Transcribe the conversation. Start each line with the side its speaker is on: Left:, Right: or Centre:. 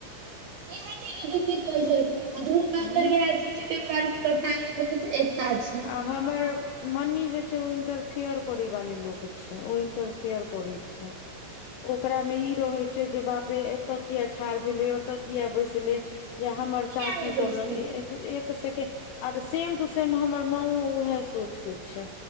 Right: ह इहे चीज ओ दीदी कहै छेलखीनहे, जे हुनका
Left: हूँ
Right: अन्दर येह चीज तै दुआरे हुनकर फैमिली मे बहुत एकता छी।
Left: आ हमर मनी जे छै ओ इंटरफेयर करै वाली लोक छै। ओ इंटरफेयर करै छै। ओकरामे ई रहै छै जे बाप रे एतऽ किया ठार भेलै, ओतऽ किये बैसले। या हमर
Right: किया
Left: चाची
Right: नहि
Left: सब
Right: बैजतै
Left: लंग एक, एक सेकेड आर सेम टू सेम हमर माओ उहे सोचके छै।